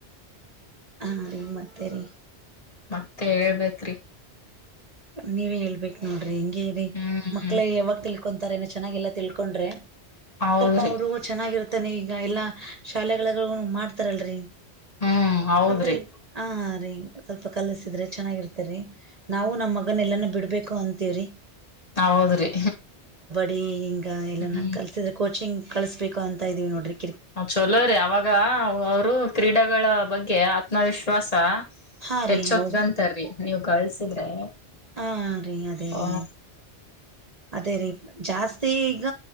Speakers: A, on the right; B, on the left.
A: ಹಾ ರೇ ಮತ್ತೆರಿ.
B: ಮತ್ತೆ ಹೇಳ್ಬೇಕ್ರಿ.
A: ನೀವೇ ಹೇಳ್ಬೇಕ್ ನೋಡ್ ರೀ ಹಿಂಗೆ ಇದೆ
B: ಹ್ಮ್
A: ಮಕ್ಳೇ ಯಾವಾಗ ತಿಳ್ಕೋನ್ ಏನು ಚನ್ನಾಗಿಲ್ಲಾ ತಿಳ್ಕೊಂಡ್ರೆ.
B: ಹೌದ್ರಿ
A: ಸ್ವಲ್ಪ ಹಡ್ರರು ಚೆನ್ನಾಗಿರುತ್ತೆ. ಆತಾನೆ ಈಗ ಎಲ್ಲಾ ಶಾಲೆಗಳ ಮಾಡ್ತಾರಲ್ರರಿ.
B: ಹ್ಮ್ ಹೌದ್ರಿ
A: ಅಂದ್ರೆ ಹ ರೀ. ಸ್ವಲ್ಪ ಕಲಸಿದ್ರೆ ಚೆನ್ನಾಗಿರುತ್ತೆ. ನಾವು ನಮ್ಮ. ಮಗನ್ ಎಲ್ಲ ಬಿಡಬೇಕು ಅಂತ. ದೇವ್ರೀ.
B: ಹ ಹೌದ್ರಿ.
A: ನಿಹಿಂಗ್ ಈ ಎಲ್ಲ
B: ಹ್ಮ್
A: ಕಲ್ಸಿದ್ರೆ ಕೋಚಿಂಗ್. ಕಳಿಸ್ಬೇಕು ಅಂತತ ಇದ್ದೀ ನೋಡಿರಿ.
B: ಹ ಚಲೋ ರೀ ಅವಾಗ ಅವರು ಕ್ರೀಡಳ ಬಗ್ಗೆ. ಆತ್ಮವಿಶ್ವಾಸ.
A: ಹಾ
B: ಹೆಚ್ಚ
A: ರೀ
B: ಹೊತ್ಗಂತಾರರಿ.
A: ಹೌದು
B: ನೀವು ಕಳ್ಸಿದ್ರೆ.
A: ಹಾ ರರಿ ಅದೇ
B: ಹ
A: ರೀ ಅದೇ ರೀ ಜಾಸ್ತಿ. ಈಗ